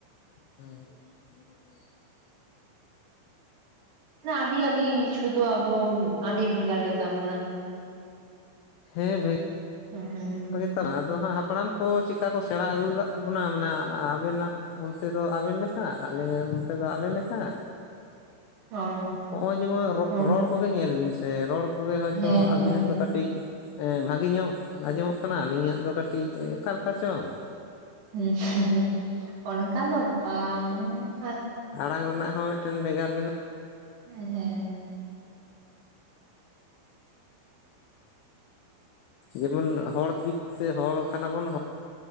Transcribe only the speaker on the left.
ᱦᱸ <unintelligible>
ᱦᱮᱸ ᱵᱷᱮ
ᱟᱫᱚ ᱦᱟᱸᱜ ᱦᱟᱯᱲᱟᱢ ᱠᱚ ᱪᱮᱠᱟ ᱠᱚ ᱥᱮᱬᱟ ᱟᱹᱜᱩ ᱟᱠᱟᱜ ᱵᱚᱱᱟ ᱢᱟᱱᱮ ᱟᱵᱮᱱᱟᱜ ᱚᱱᱛᱮ ᱫᱚ ᱟᱵᱮᱱ ᱞᱮᱠᱟ ᱟᱞᱤᱧ ᱛᱮ ᱫᱚ ᱟᱞᱮ ᱞᱮᱠᱟ
ᱦᱚᱸᱜᱼᱚᱭ ᱡᱮᱢᱚᱱ
ᱨᱚᱲ ᱠᱚᱜᱮ ᱧᱮᱞ ᱵᱤᱱ ᱥᱮ ᱮ ᱨᱚᱲ ᱠᱚᱜᱮ ᱦᱚᱚᱭᱛᱚ
ᱟᱵᱤᱱᱟᱜ
ᱫᱚ ᱠᱟᱹᱴᱤᱡ ᱵᱷᱟᱜᱤ ᱧᱚᱜ ᱟᱸᱡᱚᱢᱚᱜ ᱠᱟᱱᱟ ᱟᱹᱞᱤᱧᱟᱜ ᱫᱚ ᱠᱟᱹᱴᱤᱡ ᱚᱠᱟᱞᱮᱠᱟ ᱪᱚᱝ?
ᱟᱲᱟᱝ ᱨᱮᱱᱟᱜ ᱦᱚᱸ ᱢᱤᱫᱴᱟᱹᱱ ᱵᱷᱮᱜᱟᱨ ᱢᱮᱱᱟᱜ᱾
ᱡᱮᱢᱚᱱ ᱦᱚᱲ ᱡᱩᱛᱛᱮ ᱦᱚᱲ ᱠᱟᱱᱟᱵᱚᱱ ᱦᱚ